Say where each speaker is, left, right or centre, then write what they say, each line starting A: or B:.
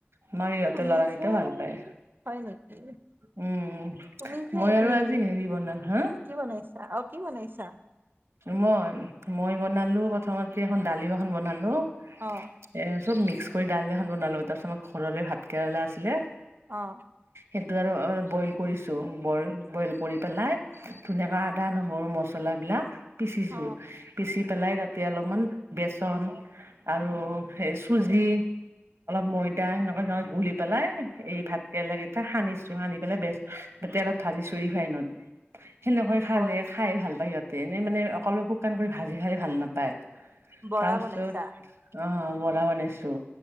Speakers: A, on the right; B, on the right.
A: আমাৰ ইহঁতৰ
B: তুমি
A: ল'ৰাকেইটাও
B: যে,
A: ভাল পায়
B: হয় নেকি?
A: উম, উম।
B: তুমি যে
A: মই
B: এদিন
A: আৰু আজি হেৰি বলালো, হাঁ
B: কি বনাইছা? অ, কি বনাইছা?
A: মই, মই বনালো প্ৰথমতে এখন দালি এখন বনালোঁ।
B: অঁ।
A: এ চব মিক্সকৰি দালি এখন বনালো তাৰপিছত আমাৰ ঘৰৰে ভাতকেৰেলা আছিলে।
B: অঁ।
A: সেইটো আৰু অলপ বইল কৰিছোঁ। বইল, বইল কৰি পেলাই ধুনীয়াকৈ আদা নহৰু মছলা বিলাক পিচিছো
B: অ
A: পিচি পেলাই তাতে অলপমান বেচন আৰু সেই চুজি অলপ ময়দা সেনেকুৱাকে গুলি পেলাই এই ভাতকেৰেলা কেইটা সানিছো সানি পেলাই বেচ তাতে অলপ ধালিছো ৰিফাইনত সেনেকৈ খালে
B: বৰ
A: খাই ভাল পায় সিহঁতে এনে মানে অকল শুকান কৰি ভাজি খালে ভাল নাপায়
B: বৰা
A: তাৰপিছত
B: বনাইছা
A: অ বৰা বনাইছো